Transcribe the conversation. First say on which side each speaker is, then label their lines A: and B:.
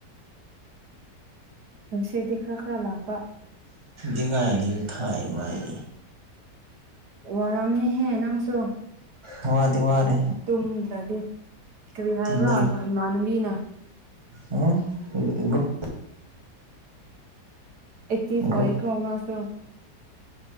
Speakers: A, on the right (about 65°); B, on the right (about 15°).
A: ꯅꯨꯡꯁꯤꯠꯇꯤ ꯈꯔ ꯈꯔ ꯂꯥꯛꯄ
B: ꯗꯤꯒꯥꯏꯂꯤꯎ ꯊꯥꯏ ꯃꯥꯏ
A: ꯋꯥꯔꯝꯅꯤꯍꯦ ꯅꯪꯁꯨ
B: ꯋꯥꯗꯤ ꯋꯥꯔꯦ
A: ꯇꯨꯝꯗ꯭ꯔꯗꯤ ꯀꯔꯤ ꯍꯥꯏꯕ꯭ꯔꯥ
B: ꯇꯨꯝꯅꯤꯡ
A: ꯏꯃꯥꯟꯅꯕꯤꯅ
B: ꯎꯝ ꯒ꯭ꯔꯨꯞ
A: ꯑꯦꯛꯇꯤꯞ
B: ꯒ꯭ꯔꯨꯞ
A: ꯑꯣꯏꯌꯦꯀꯣ ꯃꯥꯁꯨ